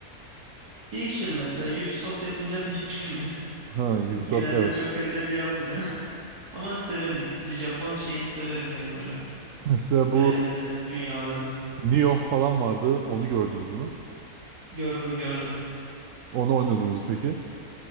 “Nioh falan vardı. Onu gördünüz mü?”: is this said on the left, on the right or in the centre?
Right